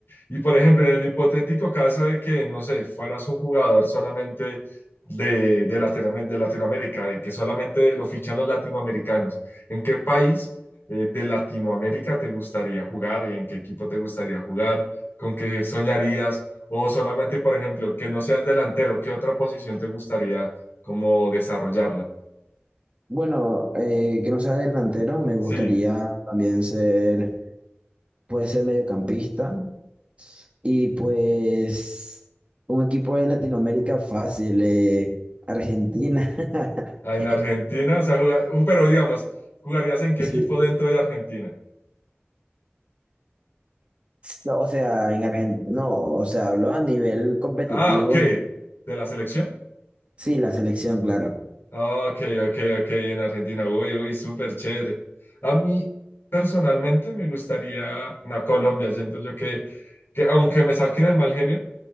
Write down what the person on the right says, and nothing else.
Bueno, eh, que no sea delantero, me gustaría
también ser, puede ser mediocampista y pues un equipo de Latinoamérica fácil, eh, Argentina. <laughs>
Sí,
No, O sea, en Argentina, no, o sea, hablo a nivel competitivo,
sí, la selección, claro.